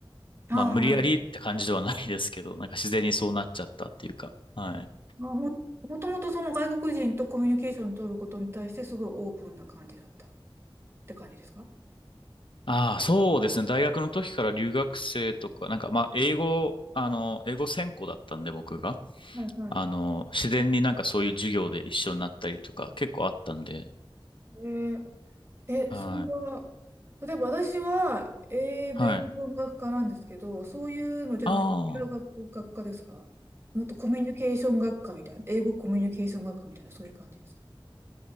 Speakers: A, on the right; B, on the left.
A: ああ、
B: まあ、無理やりって感じではないですけど、
A: ま
B: なんか自然にそうなっちゃったっていうか。はい。
A: あも、もともとその外国人とコミュニケーション取ることに対してすごいオープンな感じだったって感じですか
B: ああ、そうですね。大学の時から留学生とか、なんかまあ、英語、あの、英語専攻だったんで、僕が。
A: はいはい。
B: あの、自然になんかそういう授業で一緒になったりとか、結構あったんで。
A: えーえ、
B: はい。
A: それは、例えば私は英米文学科なんですけど、
B: はい。
A: そういうのじゃなくて違う学、
B: ああ。
A: 学科ですかもっとコミュニケーション学科みたいな、英語コミュニケーション学科みたいな、そういう感じですか